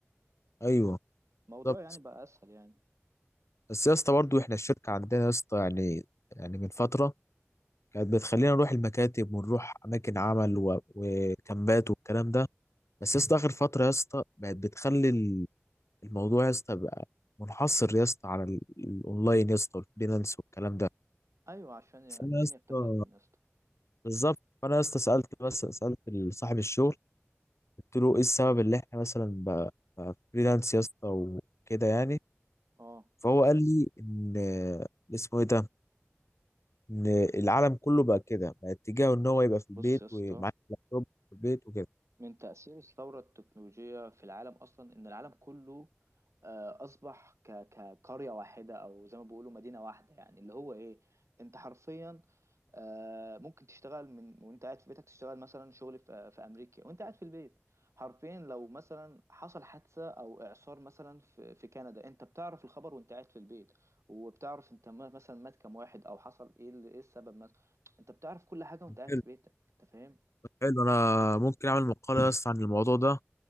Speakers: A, on the left; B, on the right.
A: ايوه
B: الموضوع
A: بالظبط
B: يعني بقى اسهل يعني
A: بس يا اسطى برضه احنا الشركه عندنا يا اسطى يعني يعني من فتره كانت بتخلينا نروح المكاتب ونروح اماكن عمل و- وكامبات والكلام ده بس يا اسطى اخر فتره يا اسطى بقت بتخلي الموضوع يا اسطى بقى منحصر يا اسطى على ال- الاونلاين يا اسطى والفريلانس والكلام ده
B: ايوه عشان الدنيا
A: فانا يا اسطى
B: التقدم يا اسطى
A: بالظبط فانا يا اسطى سالت بس سالت صاحب الشغل قلت له ايه السبب اللي احنا مثلا بقى بقى فريلانس يا اسطى وكده يعني
B: اه
A: فهو قال لي ان اللي اسمه ايه ده ان العالم كله بقى كده بقى اتجاهه ان هو يبقى في البيت
B: بص يا اسطى
A: ومعاه اللابتوب في البيت وكده
B: من تأثير الثورة التكنولوجية في العالم أصلا إن العالم كله آه، أصبح ك- كقرية واحدة أو زي ما بيقولوا مدينة واحدة يعني اللي هو إيه أنت حرفيا آه، ممكن تشتغل من وانت قاعد في بيتك تشتغل مثلا شغل في آه، في امريكا وانت قاعد في البيت حرفيا لو مثلا حصل حادثة او اعصار مثلا في في كندا انت بتعرف الخبر وانت قاعد في البيت وبتعرف انت ما- مثلا مات كام واحد او حصل ايه ال- ايه السبب مثلا انت بتعرف كل حاجة وانت قاعد
A: حلو
B: في بيتك انت فاهم
A: حلو انا ممكن اعمل مقاله يا اسطى عن الموضوع ده